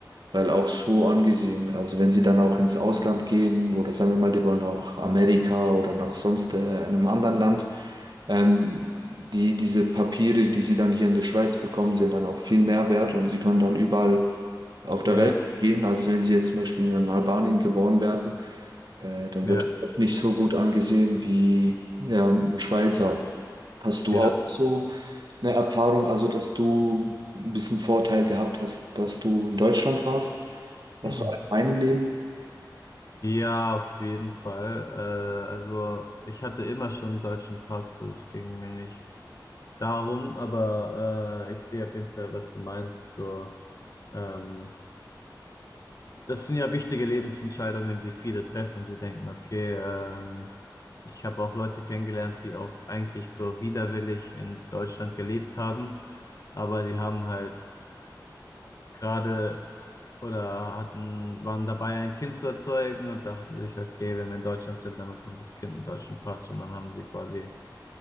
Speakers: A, on the right; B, on the left.
A: weil auch so angesehen, also wenn sie dann auch ins Ausland gehen oder sagen wir mal, die wollen auch Amerika oder nach sonst äh, einem anderen Land, ähm, die, diese Papiere, die sie dann hier in der Schweiz bekommen, sind dann auch viel mehr wert und sie können dann überall auf der
B: Ja.
A: Welt gehen, als wenn sie jetzt zum Beispiel in Albanien geboren werden äh, dann
B: Ja.
A: wird es oft nicht so gut angesehen wie ja, ein Schweizer. Hast du
B: Ja.
A: auch so eine Erfahrung, also dass du ein bisschen Vorteil gehabt hast, dass du in Deutschland warst, auch
B: <clears throat>
A: so in meinem Leben?
B: Ja, auf jeden Fall. Äh, also ich hatte immer schon einen deutschen Pass, also es ging mir nicht darum, aber äh, ich sehe auf jeden Fall, was du meinst. So, ähm, das sind ja wichtige Lebensentscheidungen, die viele treffen. Sie denken, okay, ähm, Ich habe auch Leute kennengelernt, die auch eigentlich so widerwillig in Deutschland gelebt haben, aber die haben halt gerade oder hatten, waren dabei, ein Kind zu erzeugen und dachten sich, okay, wenn wir in Deutschland sind, dann bekommt das Kind einen deutschen Pass und dann haben sie quasi,